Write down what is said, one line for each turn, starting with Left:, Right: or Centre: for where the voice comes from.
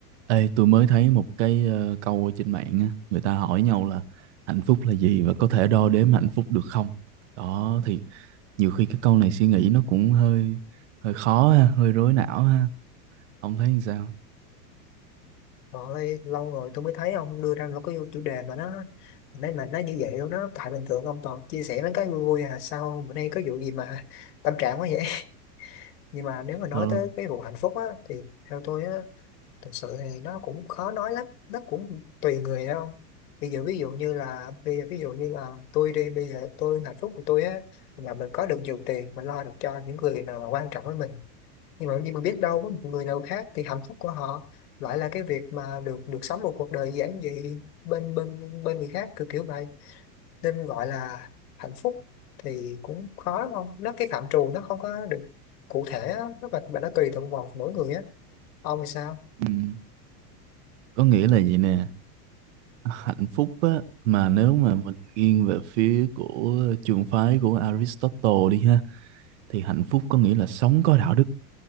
Right: Ê, tôi mới thấy một cái ờ, câu ở trên mạng á, người ta hỏi nhau là hạnh phúc là gì và có thể đo đếm hạnh phúc được không? Đó thì nhiều khi cái câu này suy nghĩ nó cũng hơi hơi khó ha, hơi rối não ha, ông thấy như sao?
Left: Trời ơi, lâu rồi tôi mới thấy ông đưa ra một cái chủ đề mà nó nãy mà nó như vậy luôn đó tại bình thường ông toàn chia sẻ mấy cái vui vui à sao bữa nay có vụ gì mà tâm trạng quá vậy <laughs> nhưng mà nếu mà nói
Right: Ờ,
Left: tới cái vụ hạnh phúc á thì theo tôi á thực sự thì nó cũng khó nói lắm nó cũng tùy người đâu bây giờ ví dụ như là bây giờ ví dụ như là tôi đi bây giờ tôi hạnh phúc của tôi á là mình có được nhiều tiền mình lo được cho những người nào mà quan trọng với mình nhưng mà nhưng mà biết đâu có một người nào khác thì hạnh phúc của họ lại là cái việc mà được được sống một cuộc đời giản dị bên bên bên người khác kiểu kiểu vậy nên gọi là hạnh phúc thì cũng khó đúng không nó cái phạm trù nó không có được cụ thể á nó và, và nó tùy thuộc vào mỗi người á ông thì sao
Right: ừm, có nghĩa là gì nè, hạnh phúc á mà nếu mà mình nghiêng về phía của trường phái của Aristotle đi ha thì hạnh phúc có nghĩa là sống có đạo đức